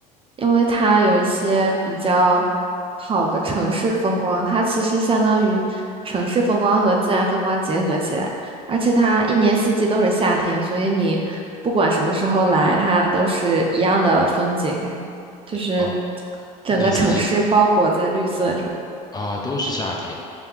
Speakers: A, on the right; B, on the left.
A: 因为它有一些比较好的城市风光，它其实相当于城市风光和自然风光结合起来，而且它一年四季都是夏天，所以你不管什么时候来，它都是一样的风景，就是
B: 啊，
A: 整个城市包裹在绿色中。
B: 一年四季啊，都是夏天。